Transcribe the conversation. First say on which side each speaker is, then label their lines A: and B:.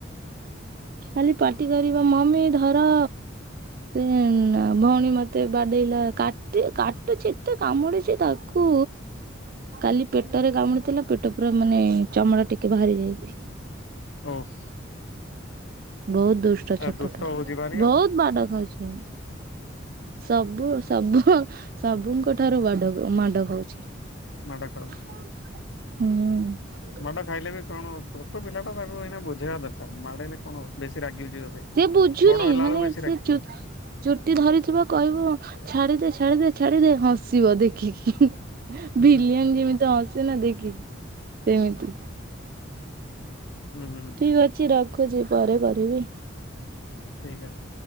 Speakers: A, on the right; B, on the left.
A: ଖାଲି ପାଟି କରିବ ମମି ଧର। ଉମ୍ ଆଁ ଭଉଣୀ ମତେ ବାଡେଇଲା କାଟି କାଟୁଛି ଏତେ କାମୁଡିଛି ତା କୁ କାଲି ପେଟରେ କାମୁଡିଥିଲା ପେଟ ପୁରା ମାନେ ଚମଡ଼ା ଟିକେ ବାହାରି ଯାଇଛି।
B: ଓଫ୍।
A: ବହୁତ ଦୁଷ୍ଟ ଛୋଟ
B: ଏ
A: ଟା।
B: ହଉଛି ଭାରି
A: ବହୁତ
B: ଆଉ
A: ବାଡ ଖାଉଛି। ସବୁ ସବୁ ସବୁଙ୍କ ଠାରୁ ବାଡ ମାଡ ଖାଉଛି।
B: ମାଡ ଖାଉଚି।
A: ହୁଁ।
B: ମାଡ ଖାଇଲେ ବି କଣ ଛୋଟ ପିଲାଟା ମାଡ କୁ ଏଇନା ବଝେଇବା ଦରକାର ମାଡ଼ ହେଲେ କଣ ହବ? ବେଶୀ ରାଗିଯିବ। ସେ
A: ବୁଝୁନି
B: ବଡ ହେଲା
A: ମାନେ
B: ବେଳକୁ ବେଶୀ
A: ସେ
B: ରାଗିଯିବ।
A: ଚୁ ଚୁଟି ଧରିଥିବ କହିବ ଛାଡିଦେ ଛାଡିଦେ ଛାଡିଦେ ହଁସିବ ଦେଖିକି।
B: ହୁଁ
A: ଭିଲିଆନ୍
B: ହୁଁ
A: ଯେମିତି ହସେ ନା ଦେଖିକି ସେମିତି।
B: ହୁଁ ହୁଁ।
A: ଠିକ୍ ଅଛି ରଖୁଛି ପରେ କରିବି।
B: ଠିକ୍ ଅଛି।